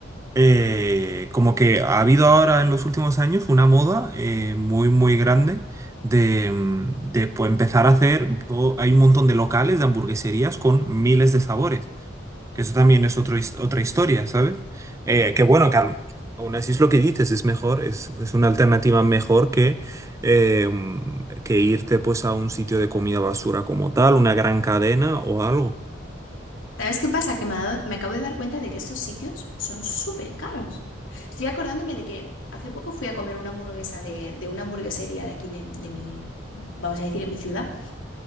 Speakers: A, on the right; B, on the left.
A: eh, como que ha habido ahora en los últimos años una moda eh, muy muy grande de, mm, de, pues, empezar a hacer todo, hay un montón de locales de hamburgueserías con miles de sabores, que eso también es otro his- otra historia, ¿sabes? Eh, que bueno, que al- aún así es lo que dices, es mejor, es, es una alternativa mejor que, eh, mm, que irte pues a un sitio de comida basura como tal, una gran cadena o algo.
B: ¿Sabes qué pasa? Que me, ha dado- me acabo de dar cuenta de que estos sitios son súper caros. Estoy acordándome de que hace poco fui a comer una hamburguesa de, de una hamburguesería de aquí de, de mi, vamos a decir, en mi ciudad.